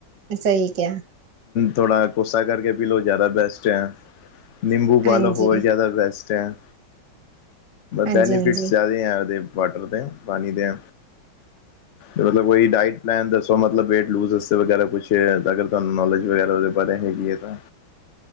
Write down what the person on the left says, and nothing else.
ਥੋੜਾ ਕੋਸਾ ਕਰ ਕੇ ਪੀ ਲਓ ਜ਼ਿਆਦਾ ਬੈਸਟ ਹੈ। ਨਿੰਬੂ ਪਾ
ਲਓ ਹੋਰ ਜ਼ਿਆਦਾ ਬੈਸਟ ਹੈ।
ਬੈਨੀਫਿਟਸ ਜ਼ਿਆਦੇ ਹੈ ਉਹਦੇ ਵਾਟਰ ਦੇ ਪਾਣੀ ਦੇ ਮਤਲਬ ਕੋਈ ਡਾਇਟ ਪਲੈਨ ਦੱਸੋ ਮਤਲਬ ਵੇਟ ਲੂਜਸ ਵਗੈਰਾ ਕੁਛ ਅਗਰ ਤੁਹਾਨੂੰ ਨੌਲੇਜ ਵਗੈਰਾ ਪਰ ਹੈਗੀ ਏ ਤਾਂ